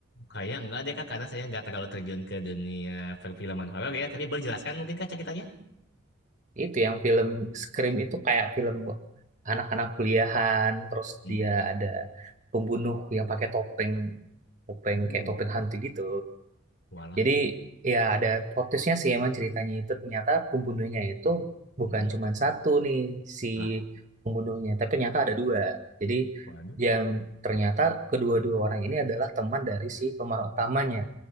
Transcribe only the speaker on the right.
Itu yang film Scream itu kayak film anak-anak kuliahan. Terus
dia ada pembunuh yang pakai topeng, topeng
kayak topeng hantu gitu.
Jadi ya ada plot twist-nya sih emang ceritanya itu ternyata pembunuhnya itu bukan
cuma satu nih si
pembunuhnya, tapi ternyata ada dua. Jadi
yang ternyata kedua-dua orang ini adalah teman dari si pemeran utamanya